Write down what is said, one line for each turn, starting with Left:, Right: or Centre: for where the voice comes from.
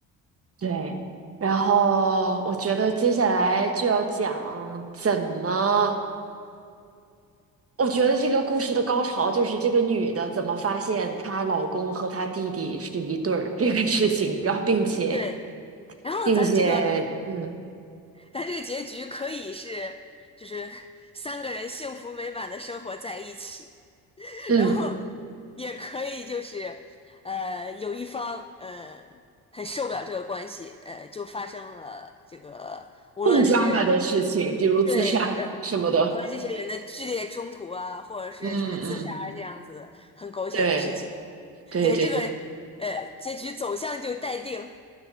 Right: 对，然后我觉得接下来就要讲怎么，我觉得这个故事的高潮就是这个女的怎么发现她老公和她弟弟是一对儿这个事情，然后并且
Left: 对，然后咱这个。
Right: 并且嗯
Left: 但这个结局可以是，就是 <laughs> 三个人幸福美满的生活在一起，<laughs>
Right: 嗯
Left: 然后也可以就是，呃，有一方呃很受不了这个关系，呃，就发生了这个，无论是
Right: 更 drama 的事情，比如自杀什么的。
Left: 对呃和这些人的剧烈冲突啊，或者是就是自杀这样子很狗血的事情，
Right: 嗯嗯，对对对对，
Left: 对这个呃结局走向就待定。